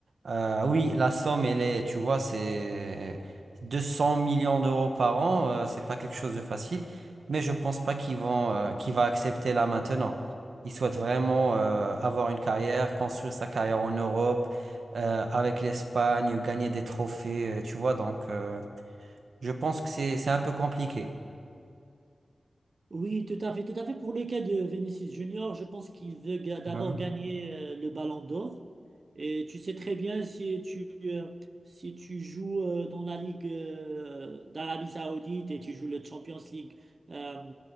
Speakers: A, on the right; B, on the right.
A: Euh, oui, la somme, elle est, tu vois, c'est 200 millions d'euros par an. euh, c'est pas quelque chose de facile. Mais je pense pas qu'ils vont, euh, qu'il va accepter là maintenant. Il souhaite vraiment euh, avoir une carrière, construire sa carrière en Europe, euh, avec l'Espagne, gagner des trophées, euh, tu vois. Donc, euh, je pense que c'est, c'est un peu compliqué.
B: Oui, tout à fait, tout à fait. Pour le cas de Vinicius Junior, je pense qu'il veut ga- d'abord
A: Ouais.
B: gagner euh, le Ballon d'Or. Et tu sais très bien si tu euh, si tu joues euh, dans la Ligue euh, d'Arabie Saoudite et tu joues le Champions League euh,